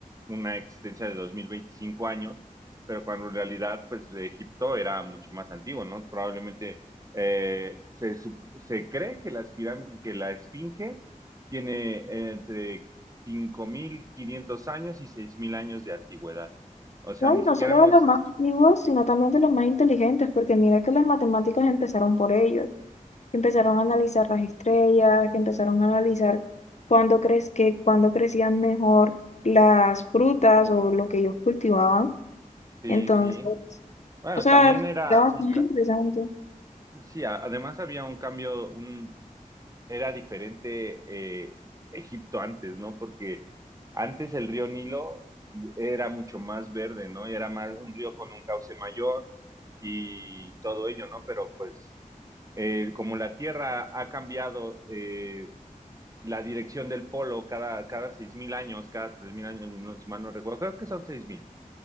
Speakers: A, on the right; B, on the left.
A: una existencia de 2025 años, pero cuando en realidad, pues Egipto era mucho más antiguo, ¿no? Probablemente eh, se, sup- se cree que, las piram- que la Esfinge tiene entre 5.500 años y 6.000 años de antigüedad. O sea,
B: Bueno,
A: ni siquiera
B: no solo
A: hemos...
B: de los más creativos, sino también de los más inteligentes, porque mira que las matemáticas empezaron por ellos, que empezaron a analizar las estrellas, que empezaron a analizar cuándo crees que cuándo crecían mejor las frutas o lo que ellos cultivaban.
A: Sí,
B: Entonces,
A: sí. Bueno,
B: o sea,
A: también
B: está
A: era
B: bastante
A: un... ca-
B: interesante,
A: Sí, a- además había un cambio, un, era diferente eh, Egipto antes, ¿no? Porque antes el río Nilo era mucho más verde, ¿no? Y era más un río con un cauce mayor y todo ello, ¿no? Pero pues eh, como la Tierra ha cambiado eh, la dirección del polo cada, cada 6.000 años, cada 3.000 años, no, si mal no recuerdo, creo que son 6.000